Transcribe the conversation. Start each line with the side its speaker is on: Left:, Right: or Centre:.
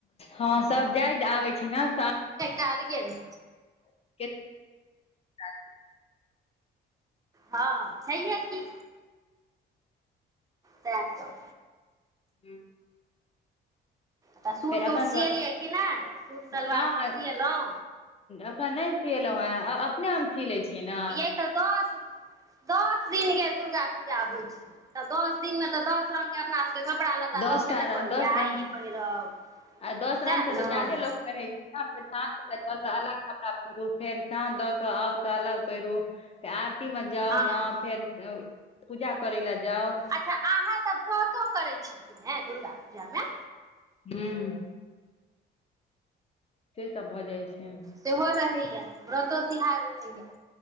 Left: हँ सब जाइ आबै छै ने सब
Right: कल गेलल
Left: <unintelligible>
Right: हँ छैह कि त सब
Left: ह
Right: तऽ सूट
Left: फेर अपना
Right: तूट सिएलियै
Left: सब
Right: कि नहि सूट सलवार
Left: कहाँ
Right: सब सिएलहुँ
Left: एखन नहि सिलहुँ हेँ आ अपने हम सी लै छी ने
Right: यै तऽ दस दस दिन के दुर्गा पूजा होइ छै तऽ दस दिन में तऽ दस रंग के अपना कपड़ा लत्ता
Left: दस
Right: रहबे
Left: टा
Right: ने करिय
Left: दस रंग
Right: आइे पहिरब
Left: आ दस
Right: सएह
Left: रंग से
Right: ने
Left: तऽ ज्यादे लोक पहिर छै फेर साँझ द के अलग कपड़ा पहिरु फेर साँझ द के आउ तऽ अलग पहिरू ते आरती मे जाउ
Right: हँ
Left: ने फेर पूजा करै लए जाउ
Right: अच्छा अहाँ तऽ व्रतो करै छी दुर्गा पूजामे
Left: ह से सब भऽ जाइ छै
Right: सेहो रहैया व्रतो तिहार रहैया